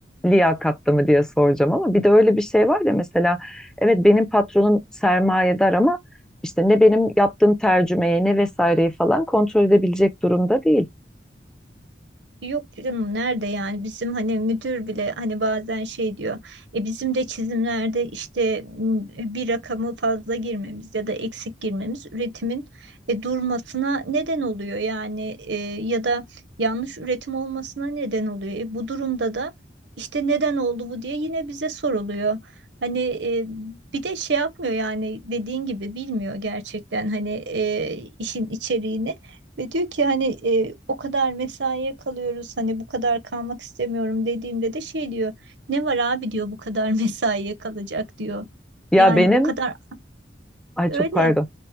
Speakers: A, in the centre; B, on the right.
A: liyakatlı mı diye soracağım ama bir de öyle bir şey var ya mesela evet benim patronum sermayedar ama işte ne benim yaptığım tercümeyi ne vesaireyi falan kontrol edebilecek durumda değil.
B: Yok canım nerede yani bizim hani müdür bile hani bazen şey diyor e bizim de çizimlerde işte m, bir rakamı fazla girmemiz ya da eksik girmemiz üretimin e, durmasına neden oluyor yani e, ya da yanlış üretim olmasına neden oluyor. E, bu durumda da işte neden oldu bu diye yine bize soruluyor. Hani e, bir de şey yapmıyor yani dediğin gibi bilmiyor gerçekten hani e, işin içeriğini. Ve diyor ki hani e, o kadar mesaiye kalıyoruz hani bu kadar kalmak istemiyorum dediğimde de şey diyor ne var abi diyor bu kadar <laughs> mesaiye kalacak diyor.
A: Ya
B: Yani
A: benim,
B: o kadar
A: ay
B: öyle.
A: çok pardon.